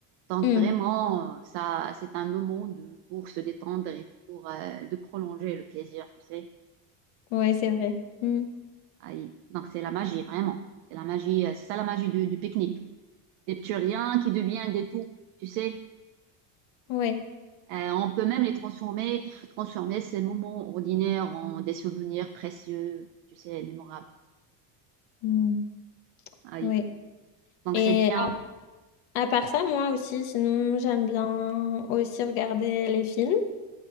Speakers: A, on the right; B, on the left.
A: Donc
B: Mm.
A: vraiment, ça, c'est un moment de, pour se détendre et pour euh, de prolonger le plaisir, tu sais.
B: Ouais, c'est vrai. Mm.
A: Ah, il- Donc c'est la magie, vraiment. C'est la magie, euh, c'est ça la magie du, du pique-nique. Des petits riens qui deviennent des tout, tu sais.
B: Ouais.
A: Euh, on peut même les transformer, transformer ces moments ordinaires en des souvenirs précieux, tu sais, mémorables.
B: Mm.
A: Ah oui.
B: Ouais.
A: Donc
B: Et
A: c'est bien.
B: à, à part ça, moi aussi, sinon, j'aime bien aussi regarder les films.